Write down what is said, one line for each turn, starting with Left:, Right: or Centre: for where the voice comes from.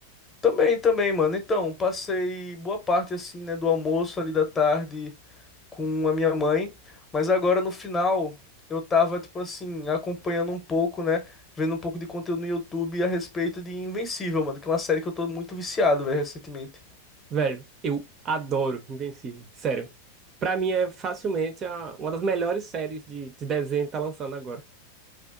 Left: Também, também, mano. Então, passei boa parte assim, né, do almoço ali da tarde com a minha mãe, mas agora no final eu tava tipo assim, acompanhando um pouco, né, vendo um pouco de conteúdo no YouTube a respeito de Invencível, mano, que é uma série que eu tô muito viciado, velho, recentemente.
Right: Velho, eu adoro Invencível. Sério. Pra mim é facilmente a- uma das melhores séries de, de desenho que tá lançando agora.